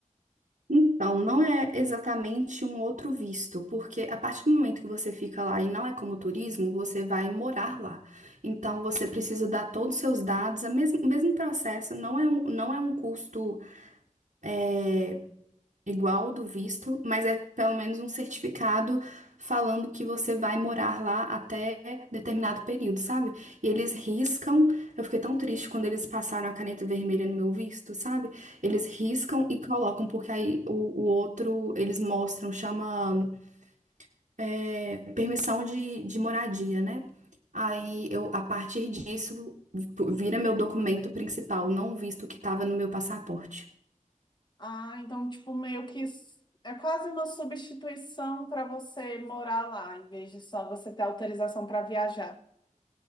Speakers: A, on the right; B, on the left.
A: Então, não é exatamente um outro visto, porque a partir do momento que você fica lá e não é como turismo, você vai morar lá. Então, você precisa dar todos os seus dados, a mes- o mesmo processo, não é um, não é um custo eh, igual ao do visto, mas é pelo menos um certificado falando que você vai morar lá até determinado período, sabe? E eles riscam. Eu fiquei tão triste quando eles passaram a caneta vermelha no meu visto, sabe? Eles riscam e colocam, porque aí o, o outro eles mostram, chama é, permissão de, de moradia, né? Aí eu, a partir disso, vira meu documento principal, não o visto que estava no meu passaporte.
B: Ah, então, tipo, meio que s- é quase uma substituição para você morar lá, em vez de só você ter autorização para viajar.